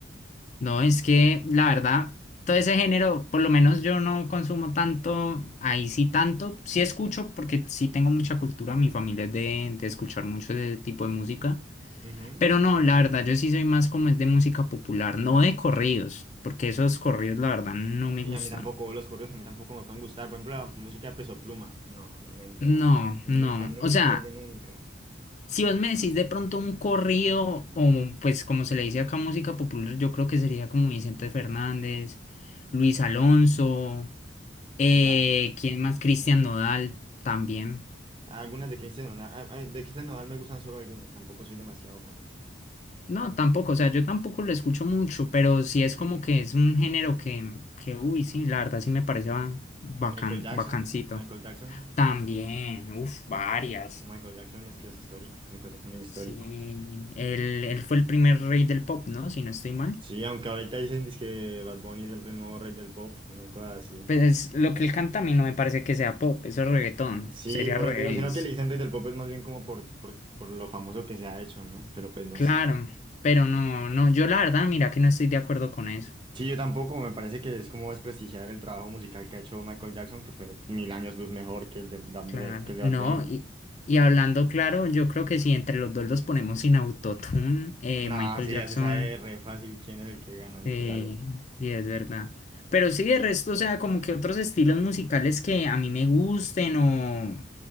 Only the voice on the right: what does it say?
Ujú.
Y
a mí tampoco, los correos a mí tampoco me pueden gustar. Por ejemplo, la música de Peso Pluma. No, no me entra,
no
me entra nunca,
es de nunca.
Ya,
algunas de Cristian Nodal, ah, ah, de Cristian Nodal me gustan solo algunas, tampoco soy demasiado fanático.
Y Michael Jackson,
Michael Jackson.
Michael Jackson es que es histórico. Michael Jackson es histórico.
Sí, aunque ahorita dicen que Bad Bunny es el nuevo rey del pop, una cosa así.
Sí,
por
eso te digo, sino que le dicen rey del pop es más bien como por, por, por lo famoso que se ha hecho, ¿no? Pero pues no
sé.
Sí, yo tampoco, me parece que es como desprestigiar el trabajo musical que ha hecho Michael Jackson, que fue mil años luz mejor que el de, Bad-
de- que el de
Bad Bunny.
No,
sí,
ya se sabe re fácil quién es el que gana, literal.